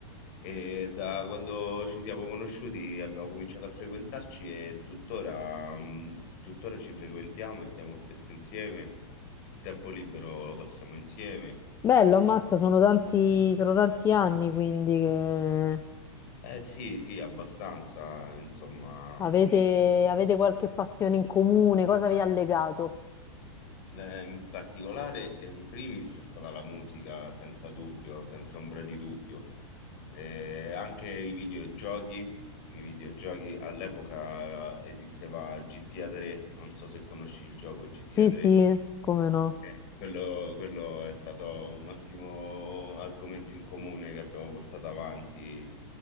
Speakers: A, on the left; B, on the left.
A: e da quando ci siamo conosciuti abbiamo cominciato a frequentarci e tuttora, mm, tuttora ci frequentiamo e siamo spesso insieme. Il tempo libero lo passiamo insieme.
B: Bello, ammazza, sono tanti, sono tanti anni quindi che
A: Eh sì, sì, abbastanza, insomma,
B: avete,
A: mh,
B: avete qualche passione in comune, cosa vi ha legato?
A: eh, in particolare, eh, in primis è stata la musica, senza dubbio, senza ombra di dubbio. Eh, anche i videogiochi, i videogiochi all'epoca eh, esisteva GTA 3, non so se conosci il gioco GTA
B: Sì,
A: 3.
B: sì, come no.
A: Eh, quello, quello è stato un ottimo argomento in comune che abbiamo portato avanti.